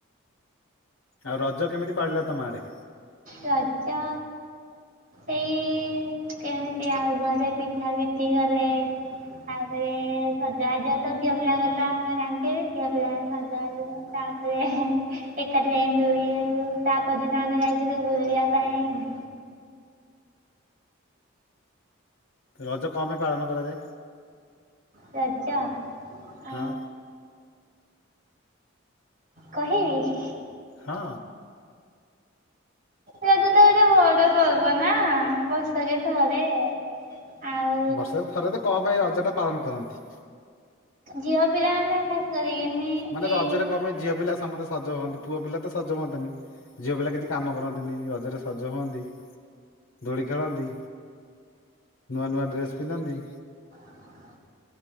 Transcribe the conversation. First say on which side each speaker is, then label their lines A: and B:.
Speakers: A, on the left; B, on the right.
A: ଆଉ ରଜ କେମିତି ପାଳିଲ ତମ ଆଡ଼େ।
B: ରଜ ଏଇ କେମିତି ଆଉ ଘରେ ପିଠା ପିଠି କଲେ। ତାପରେ ସଜବାଜ ତ ଝିଅ ପିଲାଙ୍କ ତ ଆପଣ ଜାଣିଥିବେ ଝିଅ ପିଲାମାନେ ସଜବାଜ ତାପରେ ଏକାଠି ଯାଇ ଦୁଳି ଖେଲିଲୁ ତା ପରଦିନ ଆମେ ଯାଇଥିଲୁ ଯୋଉ ବୁଲିବା ପାଇଁ।
A: ରଜ କଣ ପାଇଁ ପାଳନ କରାଯାଏ?
B: ରଜ ଆ
A: ହଁ
B: କହିବି
A: ହଁ।
B: ରଜ ତ ଗୋଟେ ବଡ ପର୍ବ ନା ବର୍ଷରେ ଥରେ। ଆଉ
A: ବର୍ଷାରେ ଥରେ ତ କଣ ପାଇଁ ରଜଟା ପାଳନ କରନ୍ତି?
B: ଝିଅ ପିଲାମାନେ <inaudible>
A: ମାନେ
B: ଏ
A: ରଜରେ କଣ ପାଇଁ ଝିଅ ପିଲା ସମସ୍ତେ ସଜ ହୁଅନ୍ତି ପୁଅ ପିଲା ତ ସଜ ହୁଅନ୍ତିନି। ଝିଅ ପିଲା କିଛି କାମ କରନ୍ତିନି ରଜରେ ସଜ ହୁଅନ୍ତି। ଦୋଳି ଖେଳନ୍ତି ନୂଆ ନୂଆ ଡ୍ରେସ ପିନ୍ଧନ୍ତି।
B: <inaudible>